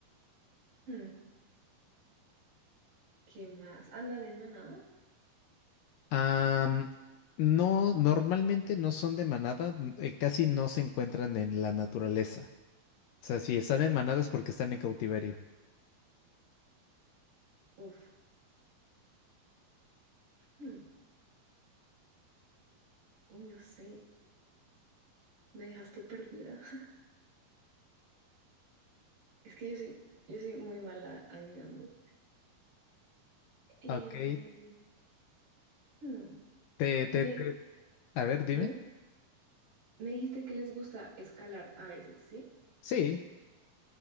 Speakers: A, on the right (about 70°); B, on the left (about 80°).
A: hmm, ¿qué más? ¿Andan en manada?
B: Am, no, normalmente no son de manada, n- eh, casi no se encuentran en la naturaleza. O sea, si están en manada es porque están en cautiverio.
A: Uf. hmm, Uy, no sé. Me dejaste perdida. <laughs> Es que yo soy, yo soy muy mala adivinando. Em,
B: Ok.
A: hmm,
B: Te, te,
A: Me,
B: te- A ver, dime.
A: dime, me dijiste que les gusta escalar a veces, ¿sí?
B: Sí,